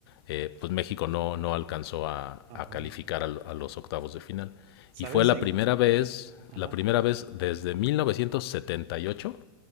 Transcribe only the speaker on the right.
Ajá,
¿sabes
en...?
Ajá,